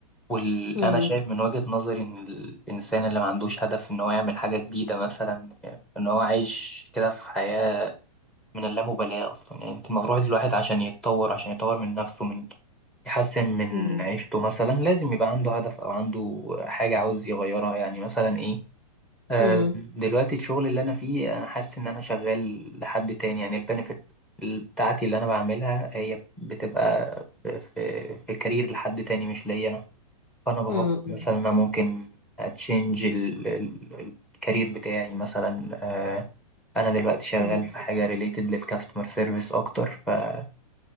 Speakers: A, in the centre; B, on the left.
A: وانا
B: مم.
A: شايف من وجهة نظري ان الانسان اللي ما عندوش هدف ان هو يعمل حاجة جديدة مثلا ان هو عايش كده في حياة من اللامبالاة أصلا يعني أنت المفروض الواحد عشان يتطور عشان يطور من نفسه من يحسن من
B: مم.
A: عيشته مثلا لازم يبقى عنده هدف أو عنده حاجة عاوز يغيرها يعني مثلا إيه آه
B: مم.
A: دلوقتي الشغل اللي أنا فيه أنا حاسس إن أنا شغال لحد تاني يعني البنفيت بتاعتي اللي أنا بعملها هي بتبقى في, في, في كارير لحد تاني مش ليا أنا فأنا بفكر
B: مم.
A: مثلا أنا ممكن أتشنج الكارير بتاعي مثلا آه، انا دلوقتي شغال
B: مم.
A: في حاجه ريليتد للكاستمر سيرفيس اكتر فكنت